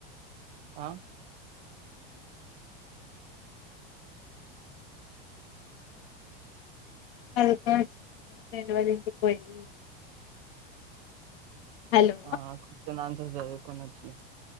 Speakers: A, on the right; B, on the left.
A: ఆ
B: చదువుకోని వచ్చినావా మీ ఫ్రెండ్ వాళ్ళ ఇంటికి పోయి హలో
A: ఆ కొచ్చన్ ఆన్సర్స్ చదువుకుని వచ్చిన